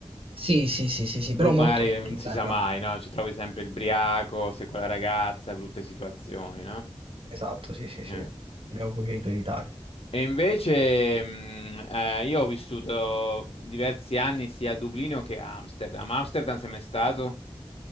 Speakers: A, on the right; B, on the left.
A: Sì, sì, sì, sì, sì,
B: Bru-
A: però molto
B: Magari
A: molto
B: non si
A: bella.
B: sa mai, no? Ci trovi sempre il briaco, sei con la ragazza, brutte situazioni, no?
A: Esatto, sì, sì,
B: Eh.
A: sì. Abbiamo preferito evitare.
B: E invece, mh, eh, io ho vissuto diversi anni sia a Dublino che a Amsterdam. Amsterdam sei mai stato?